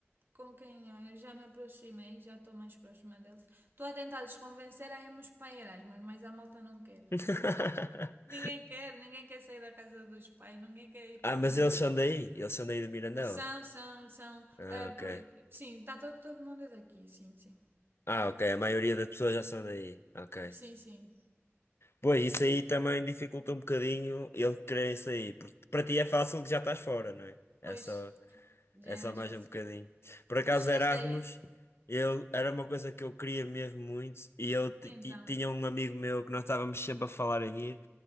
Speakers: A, on the right; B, on the left.
A: com quem ah, eu já me aproximei, já estou mais próxima deles. Estou a tentar-los convencer a irmos para Erasmus, mas a malta não quer.
B: <laughs>
A: Ninguém quer, ninguém quer sair da casa dos pais, ninguém quer ir
B: Ah,
A: para
B: mas
A: longe.
B: eles são daí? Eles são daí de Mirandela?
A: São, são, são.
B: Ah,
A: ah,
B: ok.
A: por- sim, está todo, todo mundo é daqui, sim, sim.
B: Ah, ok. A maioria das pessoas já são daí. Ok.
A: Sim, sim.
B: Pois, isso aí também dificulta um bocadinho eles quererem sair. Porque para ti é fácil que já estás fora, não é? É
A: Pois,
B: só.
A: já
B: É
A: é
B: só
A: mais
B: mais
A: fácil.
B: um bocadinho. Por acaso,
A: Tu chegaste
B: Erasmus,
A: a ir?
B: eu, era uma coisa que eu queria mesmo muito. E eu ti-
A: E então?
B: ti- tinha um amigo meu que nós estávamos sempre a falar em ir.